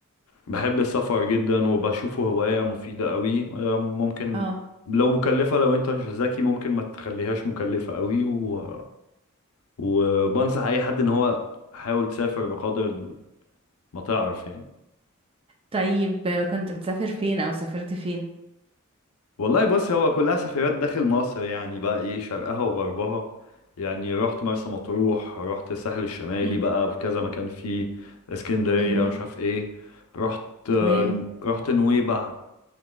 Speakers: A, on the left; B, on the right.
A: بحب السفر جدا وبشوفه هواية مفيدة قوي آه، ممكن
B: اه
A: لو مكلفة لو انت ذكي ممكن ما تخليهاش مكلفة قوي و... وبنصح اي حد ان هو حاول تسافر بقدر ال- ما تعرف يعني
B: طيب آه، كنت بتسافر فين او سافرت فين
A: والله بص هو كلها سفريات داخل مصر يعني بقى ايه شرقها وغربها يعني رحت مرسى مطروح رحت الساحل الشمالي
B: امم
A: بقى في كذا مكان فيه اسكندرية
B: امم
A: مش عارف ايه رحت آه،
B: تمام
A: رحت نويبع